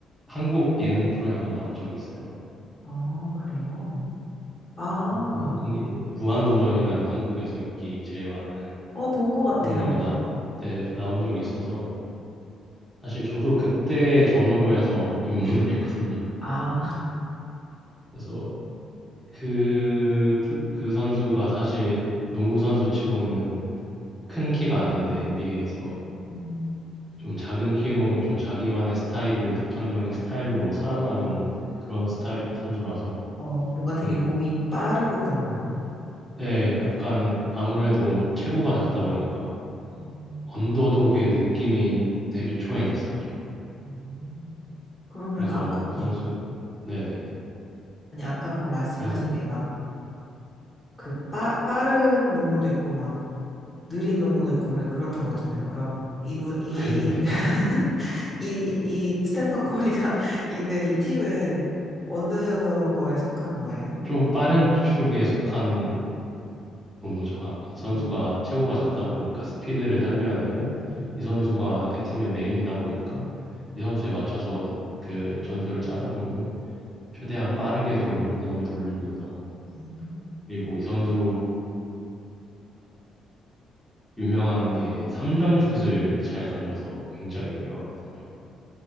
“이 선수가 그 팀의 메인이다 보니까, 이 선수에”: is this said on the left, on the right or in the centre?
Centre